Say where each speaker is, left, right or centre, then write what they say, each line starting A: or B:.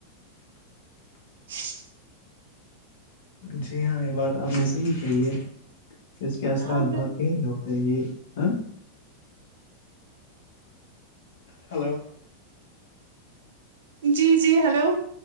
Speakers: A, on the right (about 60°); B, on the left (about 55°).
A: ج
B: جی ہاں یہ بات آپ نے صحیح کہی ہے اس کے اثرات
A: ہاں بال-
B: بہت گہرے ہو تو یہ ہ ہلو
A: جی جی ہلو